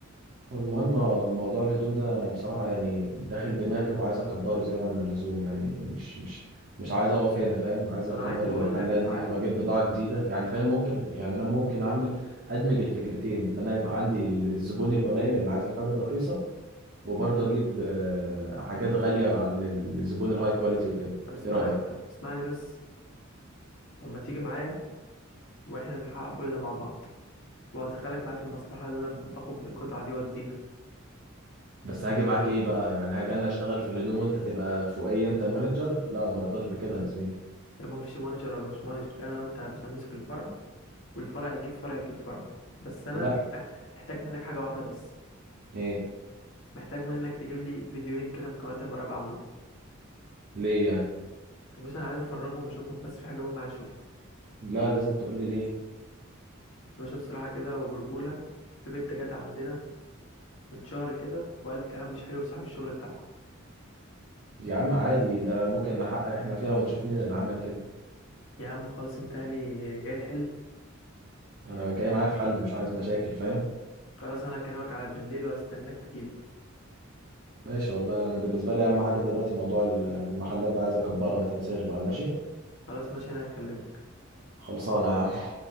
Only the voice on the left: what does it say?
انا
عايز بقول
لك تعالى
طب اسمعني
طيب اسمعني بس طب ما تيجي معايا واحنا نحقق كل ده مع بعض وادخلك معايا في المصلحة اللي انا باخد بالقطعة دي واديها
يبقى مفيش مانجر ولا مش مانجر انا وانت باش هنمسك الفرع والفرع يجيب فرع يجيب فرع بس انا
<laughs> مح- محتاج منك حاجة واحدة بس
محتاج منك تجيب لي فيديوهين كده مكالمات المراقبة عندكم
بص انا عايز افرغهم واشوفهم بس في حاجة مهمة عايز اشوفها
باشا بصراحة كده وبرجولة في بنت جت عندنا من شهر كده وقالت كلام مش حلو في صاحب الشغل بتاعكم
يا عم خلاص انت يعني جاي تحل
خلاص انا هكلمك على بالليل وهستناك تجيلي
خلاص ماشي انا هكلمك